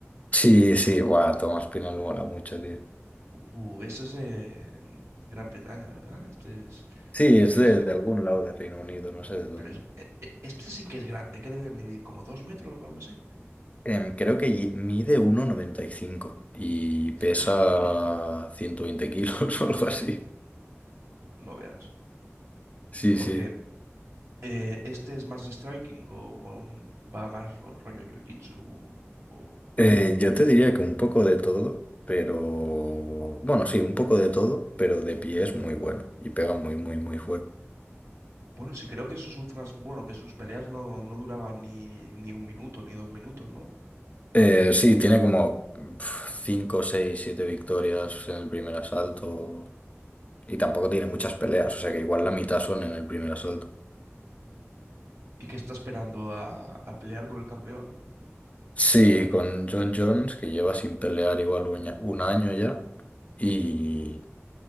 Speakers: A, on the left; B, on the right.
A: Sí, sí, guau, Tomás Pinal mola mucho, tío.
B: Uh, eso es de Gran Bretaña, ¿verdad? Este es
A: Sí,
B: inglés.
A: es de, de algún lado de Reino Unido, no sé de dónde.
B: Pero es- e- e- este sí que es grande, que debe medir como dos metros o algo así.
A: Em, creo que ye- mide uno coma noventa y cinco y pesa
B: Hmm,
A: 120 kilos <laughs> o algo así.
B: no veas.
A: Sí,
B: Porque
A: sí.
B: eh, este es más de striking o, o un- va más ro- rollo jiu-jitsu. O, o-
A: Eh, yo te diría que un poco de todo, pero... Bueno, sí, un poco de todo, pero de pie es muy bueno y pega muy, muy, muy fuerte.
B: Bueno, sí, creo que sus últimas. Bueno, que sus peleas no, no duraban ni, ni un minuto ni dos minutos, ¿no?
A: Eh, sí, tiene como 5 6 7 victorias en el primer asalto y tampoco tiene muchas peleas, o sea que igual la mitad son en el primer asalto.
B: Y que está esperando a, a pelear con el campeón.
A: Sí, con John Jones, que lleva sin pelear igual un año un año ya. Y